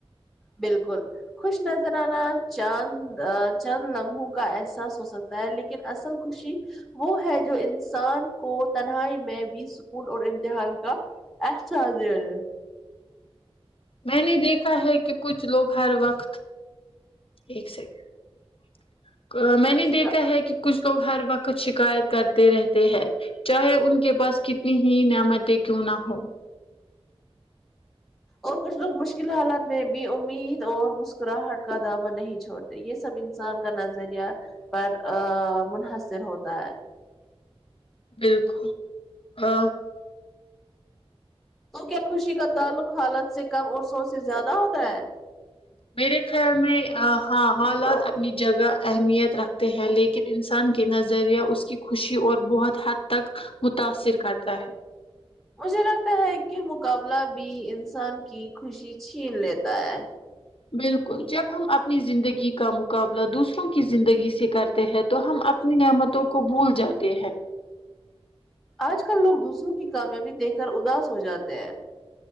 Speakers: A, in the centre; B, on the left.
A: بالکل خوش نظر آنا چاند چند لمحوں کا احساس ہو سکتا ہے لیکن اصل خوشی وہ ہے جو انسان کو تنہائی میں بھی سکون اور امتحان کا احساس دیا جائے
B: میں نے دیکھا ہے کہ کچھ لوگ ہر وقت ایک سیکنڈ میں نے
A: شکا
B: دیکھا ہے کہ کچھ لوگ ہر وقت شکایت کرتے رہتے ہیں چاہے ان کے پاس کتنی ہی نعمتیں کیوں نہ ہو
A: اور کچھ لوگ مشکل حالات میں بھی امید اور مسکراہٹ کا دامن نہیں چھوڑتے یہ سب انسان کا نظریہ پر منحصر ہوتا ہے
B: بالکل آ
A: تو کیا خوشی کا تعلق حالت سے کم اور سو سے زیادہ ہوتا ہے
B: میرے خیال میں ہاں حالات د جگہ اہمیت رکھتے ہیں لی کہ انسان کے نظریہ اس کی خوشی اور بہت حد تک متاثر کرتا ہے
A: مجھے لگتا ہے کہ مقابلہ بھی انسان کی خوشی چھین لیتا ہے
B: بالکل جب ہم اپنی زندگی کا مقابلہ دوسروں کی زندگی سے کرتے ہیں تو ہم اپ نے نعمتوں کو بھول جاتے ہیں
A: آج کل لوگ دوسروں کی کامیابی دیکھ کر اداس ہو جاتے ہیں